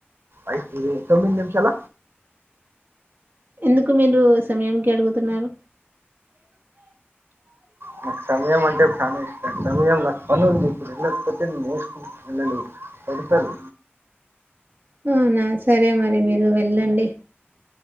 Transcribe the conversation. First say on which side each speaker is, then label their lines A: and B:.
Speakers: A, on the right; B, on the right.
A: అయ్తే తొమ్మిది నిమ్షాల
B: ఎందుకు మీరు సమ్యంకి అడుగుతున్నారు
A: నాకు సమయం అంటే చాలా ఇష్టం సమయం నాకు పని ఉంది ఇప్పుడు వెళకపోతే ననే వెళ్ళలే కొడతాడు
B: అవునా సరే మరి మీరు వెళ్ళండి